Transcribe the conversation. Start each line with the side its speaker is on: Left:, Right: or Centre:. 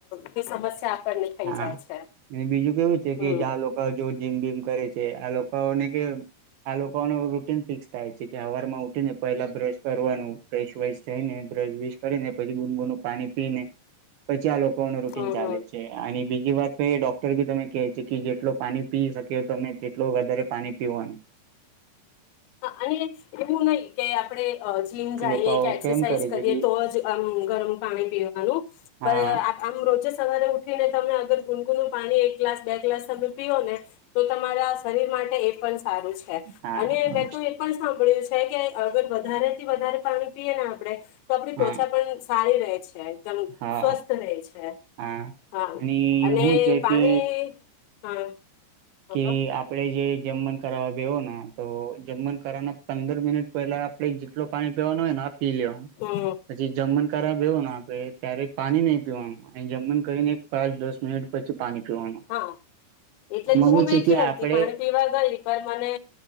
Left: કોઈ સમસ્યા ને થઈ
Right: હા
Left: જાય છે.
Right: અને બીજું કેવું છે,
Left: હમ
Right: કે જ્યાં લોકો જો જીમ બીમ કરે છે, આ લોકોને કે આ લોકોને રૂટીન ફિક્સ થાય છે કે સવાર માં ઉઠી ને પેલા બ્રશ કરવાનું બ્ર વાસ થઈને બ્રશ બશ કરીને પછી ગુનગુ પાણી પીને પછી આ લો કોઈ નુ રૂટીન
Left: હમ
Right: ચાલે
Left: હમ
Right: છે. અને બીજી વાત ડોક્ટર બી તમે કે છે, કે જેટલો પાણી પી શકેયો તમે તેટલો વધારે પાણી પીવાનું
Left: હા અને હ હું નઈ કે આપણે જીમ જઈએ
Right: લોકો
Left: કે એક્સરસાઇઝ
Right: કેમ કરે
Left: કરીએ
Right: છે કે
Left: તો જ આમ ગરમ પાણી પીયો
Right: હા
Left: પર આમ રોજ સરે ઉઠીને તમે અગર ગુનગુ નું પાણી એક ગ્લાસ બે ગ્લાસ તમે પીઓ ને તો તમારા શરીર માટે એ પણ સારું છે
Right: હા
Left: અને સાંભળ્યું છે કે અગર વધારે થી વધારે પાણી પીએ ને આપણે તો આપણે
Right: હા
Left: તોચા પણ સારી રહે છે એકદમ
Right: હા
Left: સ્વસ્થ રહે છે
Right: હા
Left: હા
Right: અને
Left: અને
Right: હું છે
Left: પાણી
Right: કે
Left: હા બોલો
Right: કે આપડે જે જમણ કરવા બેવો ને તો જમણ કરવાના પંદર મિનિટ પહેલા આપડે જેટલલો પાણી પીવાનું હોય પી લ
Left: હમ
Right: પછી જમણ કર વ આપે ત્યારે પાણી નહી પીવાનું જમીને કરીને એક પાંચ દસ મિનિટ પછી પાણી પીવાનું
Left: હા એટલે
Right: આમાં
Left: તું હું બેઠી
Right: છે કે
Left: હતી
Right: આપડે
Left: હતી પાણી પીવા ગઈ પણ મને